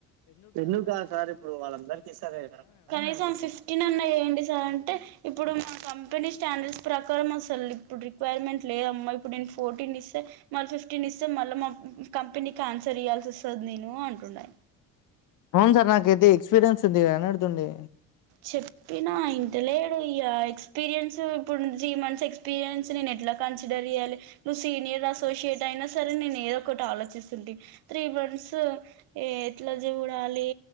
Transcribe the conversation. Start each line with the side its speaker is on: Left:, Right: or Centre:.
Right: ఎందు కాదు సార్ ఇప్పుడు వాళ్ళందరికి ఇస్తా లేరా కనీసం ఫిఫ్టీన్ ఉన్నా ఏంటి సార్ అంటే ఇప్పుడు మా కంపెనీ స్టాండర్స్ ప్రకారం అసలు ఇప్పుడు రిక్వైర్మెంట్ లేదమ్మా ఇప్పుడు నేను ఫోర్టీన్ ఇస్తే మళ్ళీ ఫిఫ్టీన్ ఇస్తే మళ్ళీ మా కంపెనీకి ఆన్సర్ ఇయ్యాల్సి వస్తది నేను అంటుడు ఆయిన
Left: అవును సార్ నాకైతే ఎక్స్పీరియన్స్ ఉంది అని అడుతుండే
Right: చెప్పినా ఇంటలే ఈగా ఎక్స్పీరియన్స్ ఇప్పుడు త్రీ మంత్స్ ఎక్స్పీరియన్స్ నేన్ ఎట్లా కాన్స్ డర్య్యాలి నువ్వు సీనియర్ అసోసియేట్ అయినా సరే నేను ఏదో ఒకటి ఆలోచిస్తుే త్రీ బంస్ ఏ ఎట్ల జూడాలి